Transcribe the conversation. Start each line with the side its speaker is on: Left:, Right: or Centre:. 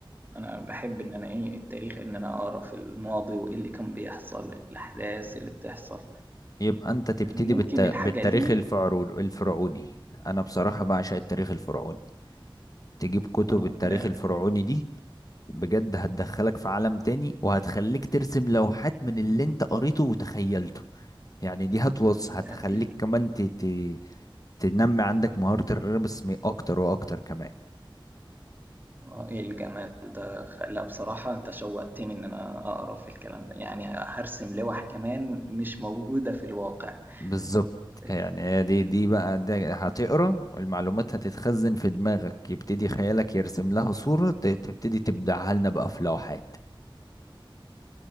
Right: أنا باحب إن أنا إيه التاريخ إن أنا أقرا في الماضي وإيه اللي كان بيحصل، الأحداث اللي بتحصل،
Left: يبقى انت تبتدي
Right: يعني ممكن
Left: بالت...
Right: الحاجة
Left: بالتاريخ
Right: دي
Left: الفرعون... الفرعوني انا بصراحة بعشق التاريخ الفرعوني تجيب كتب
Right: آه،
Left: التاريخ
Right: لأ
Left: الفرعوني دي بجد هتدخلك في عالم تاني وهتخليك ترسم لوحات من اللي انت قريته وتخيلته يعني دي هتوص
Right: يا
Left: هتخليك
Right: إيه ال-
Left: كمان ت... ت... تنمي عندك مهارة الرسم اكتر واكتر كمان
Right: آه، إيه الجمال ده. خ- لا بصراحة أنت شوقتني إن أنا أقرأ في الكلام ده يعني هرسم لوح كمان مش موجودة في الواقع
Left: بالظبط
Right: فدي
Left: يعني هي دي دي بقى ده هتقرا المعلومات هتتخزن في دماغك يبتدي خيالك يرسم لها صورة ت- تبتدي تبدعها لنا بقى في لوحات